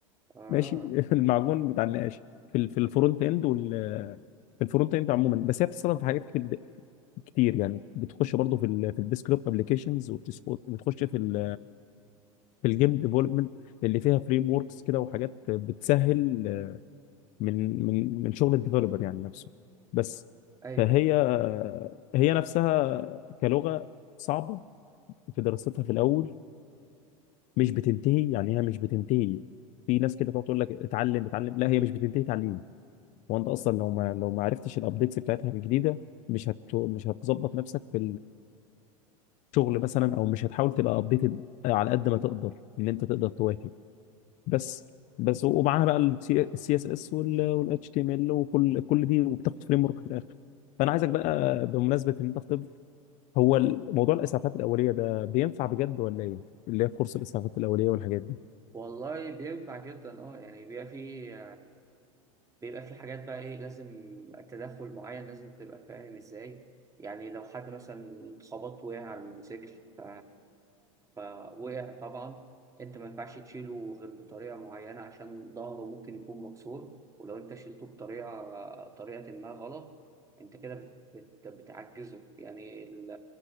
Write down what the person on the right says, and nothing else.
اه
ايوه
ايوه
والله بينفع جدا اه يعني بيبقى فيه بيبقى في حاجات بقى ايه لازم تدخل معين لازم تبقى فاهم ازاي يعني لو حد مثلا اتخبط وقع على الموتوسيكل ف... فوقع طبعا انت ما ينفعش تشيله غير بطريقة معينة عشان ظهره ممكن يكون مكسور ولو انت شيلته بطريقة طريقة ما غلط انت كده بت... بت... بتعجزه يعني ال-